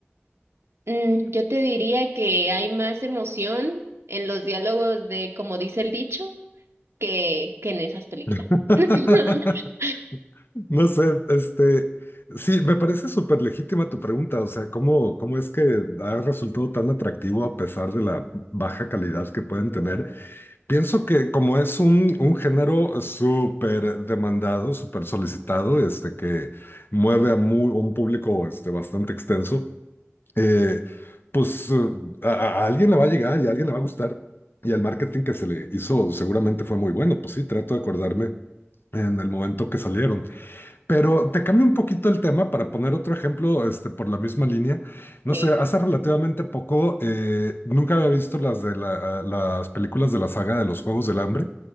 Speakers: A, on the right; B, on the left.
A: Mm, yo te diría que hay más emoción en los diálogos de como dice el dicho que, que en esas películas.
B: <laughs>
A: <laughs>
B: No sé, este, sí, me parece súper legítima tu pregunta, o sea, ¿cómo, cómo es que ha resultado tan atractivo a pesar de la baja calidad que pueden tener? Pienso que como es un, un género súper demandado, súper solicitado, este, que mueve a mu- un público, este, bastante extenso, eh, pues eh, a, a a alguien le va a llegar y a alguien le va a gustar. Y el marketing que se le hizo seguramente fue muy bueno, pues sí, trato de acordarme en el momento que salieron. Pero te cambio un poquito el tema para poner otro ejemplo, este, por la misma línea. No
A: Sí.
B: sé, hace relativamente poco, eh, nunca había visto las de la- a- las películas de la saga de los Juegos del Hambre.